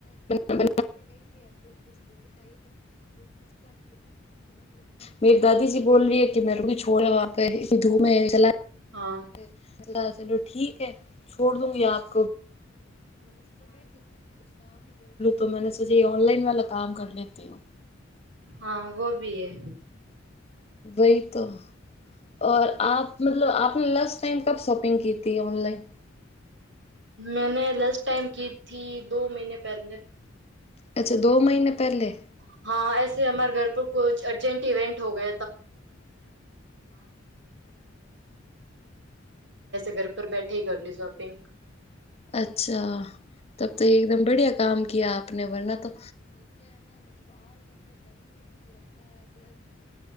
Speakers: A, on the left; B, on the right.
A: <unintelligible> મતલબ મેરી દાદીજીી બોલ રહી હ કે મ મે રી છોડડાેે ધૂુ હ ચલા
B: હા
A: <unintelligible> કુછ કામ કર લું તો મેને સોચા ઓનલાઈન વાલા કામ કર લેતી હું
B: હા વહ ભી હૈ
A: વહી તો આપ મતલબ આપને લશ <inaudible> <inaudible> ટાઈમ કપ શોપિંગ હતી ઓનલાઈન
B: મેને લંચ ટાાઈમ ક થી દ મહિને પહેલે
A: <unintelligible>
B: <unintelligible> ચપાય કુછ લેને કે લ લીય ઘર પર બેઠે હ કરલી શોપિંગ
A: અચ્છા તબ તો એકદમ બડિયા કામ કિયા આપને વરના તો